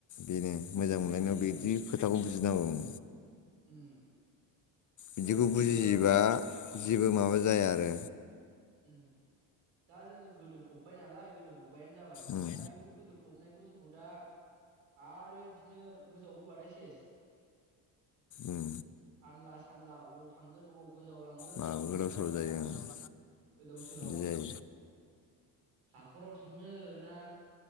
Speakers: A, on the left; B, on the right.
A: बेनो मोजां
B: बेखायनो
A: मोनलायनायाव बिदि खो खोथाखौ बुजिनांगौ उम।
B: उम।
A: बिदिखौ
B: हैद नोगोद
A: बुजियोबा जेबो माबा जाया आरो
B: उम्म दा जोङो गोदो फब्बाय नालाय गोदो फब बायानो जाबाय
A: उम
B: दा बेखौ गोदो फबनाय <unintelligible> जोंखौ दा आरो इदिनो गोजाव होबाथाय सेस।
A: उम
B: आनला सानला अबाव थांगोन अबाव गोजावलांगोन
A: माबा
B: अबाव
A: गोदाव
B: गोजावलाङा
A: सोराव जायो ओं
B: गोदाव सोराव
A: बिदि जायो
B: हाख'राव थांनो ना